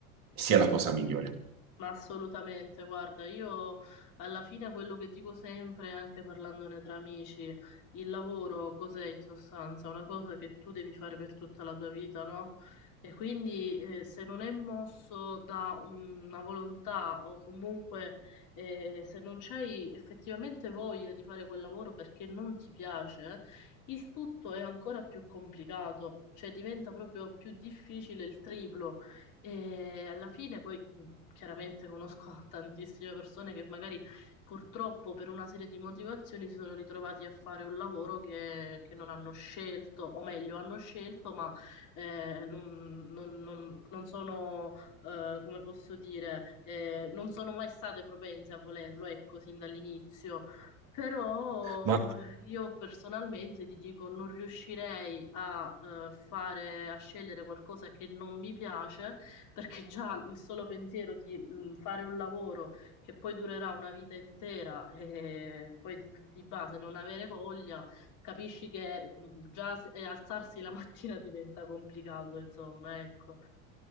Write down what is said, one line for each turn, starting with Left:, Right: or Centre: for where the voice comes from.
Right: sia la cosa migliore.
Left: Ma assolutamente, guarda, io alla fine quello che dico sempre, anche parlandone tra amici, il lavoro cos'è in sostanza? Una cosa che tu devi fare per tutta la tua vita, no? E quindi eh, se non è mosso da un- una volontà o comunque eh, se non c'hai effettivamente voglia di fare quel lavoro perché non ti piace, il tutto è ancora più complicato, cioè diventa proprio più difficile il triplo. E alla fine poi mh, chiaramente conosco <laughs> tantissime persone che magari purtroppo per una serie di motivazioni si sono ritrovati a fare un lavoro che, che non hanno scelto, o meglio, hanno scelto, ma eh, non, non- non- non sono, eh, come posso dire, eh, non sono mai state propense a volerlo, ecco, sin dall'inizio. Però
Right: Ma
Left: io personalmente ti dico, non riuscirei a, eh, fare, a scegliere qualcosa che non mi piace perché già il solo pensiero di mh, fare un lavoro che poi durerà una vita intera e poi di, di base non avere voglia, capisci che mh, già s- eh, alzarsi la <laughs> mattina diventa complicato, insomma, ecco.